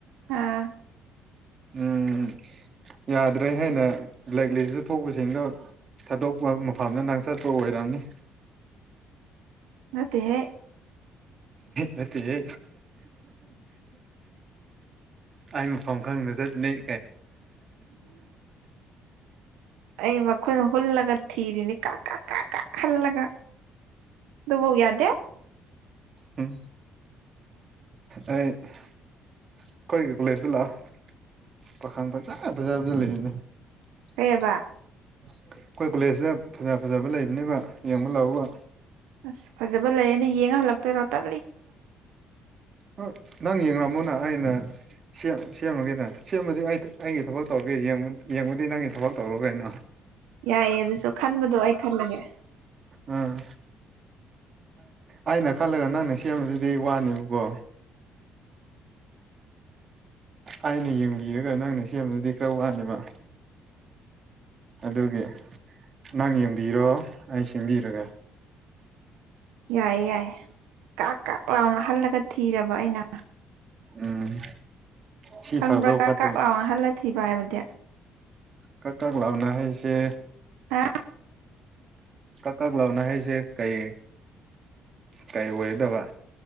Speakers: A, on the right (about 80°); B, on the right (about 45°).
A: ꯑꯥ
B: ꯎꯝ ꯌꯥꯗ꯭ꯔꯦꯍꯦ ꯕ꯭ꯂꯦꯛ ꯂꯤꯁꯇ ꯊꯣꯛꯄꯁꯤꯡꯗꯣ ꯊꯥꯗꯣꯛꯄ ꯃꯐꯝꯗ ꯅꯪ ꯆꯠꯄ ꯑꯣꯏꯔꯝꯅꯤ
A: ꯅꯠꯇꯦ ꯍꯦꯛ
B: ꯅꯠꯇꯦꯍꯦ ꯑꯩ ꯃꯐꯝ ꯈꯪꯅ ꯆꯠꯅꯩ
A: ꯑ ꯑꯩ ꯃꯈꯣꯏ ꯍꯨꯜꯂꯒ ꯊꯤꯔꯤꯅꯤ ꯀꯥ ꯀꯥ ꯀꯥ ꯀꯥ ꯍꯜꯂꯒ ꯑꯗꯨꯕꯧ ꯌꯥꯗꯦ
B: ꯎꯝ ꯑꯩ ꯑꯩꯈꯣꯏꯒꯤ ꯀꯣꯂꯦꯖꯇ ꯂꯥꯛꯑꯣ ꯄꯥꯈꯪ ꯐꯖ ꯐꯖꯕ ꯂꯩꯕꯅꯦ ꯑꯩꯈꯣꯏ
A: ꯀꯩꯑꯕ
B: ꯀꯣꯂꯦꯖꯇ ꯐꯖ ꯐꯖꯕ ꯂꯩꯕꯅꯦꯕ ꯌꯦꯡꯕ ꯂꯥꯛꯎꯀꯣ
A: ꯑꯁ ꯐꯖꯕ ꯂꯩꯌꯦꯅ ꯌꯦꯡꯉ ꯍꯜꯂꯛꯇꯣꯏꯔꯣ ꯇ
B: ꯑ ꯅꯪ ꯌꯦꯡꯔꯝꯃꯨꯅ ꯑꯩꯅ ꯁꯦꯝ ꯁꯦꯝꯃꯒꯦꯅꯦ ꯁꯦꯝꯕꯗꯤ ꯑꯩ ꯑꯩꯒꯤ ꯊꯕꯛ ꯇꯧꯔꯒꯦ ꯌꯦꯡ ꯌꯦꯡꯕꯗꯤ ꯅꯪꯒꯤ ꯊꯕꯛ ꯇꯧ ꯔꯣ ꯀꯩꯅꯣ
A: ꯌꯥꯏꯌꯦ ꯑꯗꯨꯁꯨ ꯈꯟꯕꯗꯣ ꯑꯩ ꯈꯜꯂꯒꯦ
B: ꯎꯝ ꯑꯩꯅ ꯈꯜꯂꯒ ꯅꯪꯅ ꯁꯦꯝꯕꯗꯨꯗꯤ ꯋꯥꯅꯦꯕꯀꯣ ꯑꯩꯅ ꯌꯦꯡꯕꯤꯔꯒ ꯅꯪꯅ ꯁꯦꯝꯕꯗꯨꯗꯤ ꯈꯔ ꯋꯥꯅꯦꯕ ꯑꯗꯨꯒꯤ ꯅꯪ ꯌꯦꯡꯕꯤꯔꯣ ꯑꯩ ꯁꯤꯟꯕꯤꯔꯒꯦ
A: ꯌꯥꯏꯌꯦ ꯌꯥꯏꯌꯦ ꯀꯥꯛ ꯀꯥꯛ ꯂꯥꯎꯅ ꯍꯜꯂꯒ ꯊꯤꯔꯕ ꯑꯩꯅ
B: ꯎꯝ ꯁꯤ
A: ꯈꯪꯕ꯭ꯔꯥ
B: ꯐꯕ꯭ꯔꯣ
A: ꯀ
B: ꯐꯠꯇꯕ
A: ꯀꯥꯛ ꯂꯥꯎꯅ ꯍꯜꯂ ꯊꯤꯕ ꯍꯥꯏꯕꯗꯤ
B: ꯀꯛ ꯀ ꯂꯥꯎꯅ ꯍꯥꯏꯁꯦ
A: ꯍꯥ
B: ꯀ ꯀꯛ ꯂꯥꯎꯅ ꯍꯥꯏꯁꯦ ꯀꯩ ꯀꯩ ꯑꯣꯏꯗꯕ